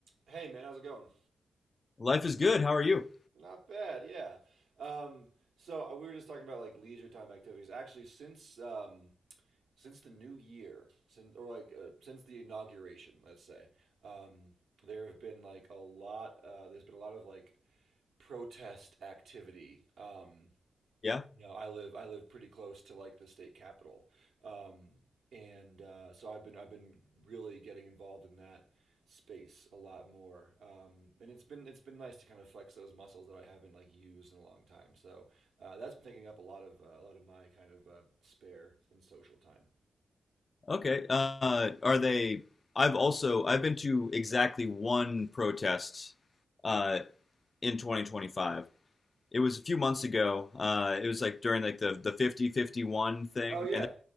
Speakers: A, on the right; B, on the left.
A: Hey man, how's it going?
B: Life is good. How are you?
A: Not bad, yeah. Um, so uh, we were just talking about like leisure time activities. Actually, since um, since the new year, since or like uh, since the inauguration, let's say, um, there have been like a lot. Uh, there's been a lot of like protest activity. Um,
B: Yeah.
A: you know, I live I live pretty close to like the state capital, um, and uh, so I've been I've been really getting involved in that space a lot more, um, and it's been it's been nice to kind of flex those muscles that I haven't like used in a long time. So uh, that's been taking up a lot of uh, a lot of my kind of uh, spare and social time.
B: Okay. Uh, are they? I've also I've been to exactly one protest uh, in 2025. It was a few months ago. Uh, it was like during like the the 50 51 thing,
A: Oh yeah,
B: and there's